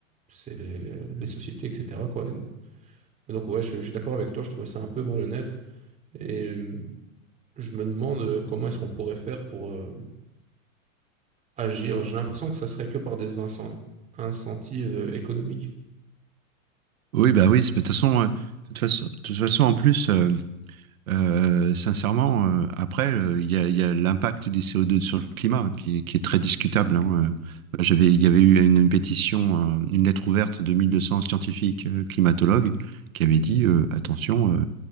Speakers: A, on the right; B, on the right.
A: c'est les, les sociétés, etc., quoi. Et donc, ouais, je, je suis d'accord avec toi, je trouvais ça un peu malhonnête. Et euh, je me demande euh, comment est-ce qu'on pourrait faire pour euh, agir. J'ai l'impression que ça serait que par des incen- incentives euh, économiques.
B: Oui, bah oui, c'est- de toute façon, euh, de toute façon, de toute façon, en plus, euh, euh, sincèrement, euh, après, euh, il y a, il y a l'impact des CO2 sur le climat qui, est qui est très discutable. hein, euh. Bah, J'avais, il y avait eu une pétition, euh, une lettre ouverte de 1200 scientifiques euh, climatologues qui avaient dit, euh, attention, euh,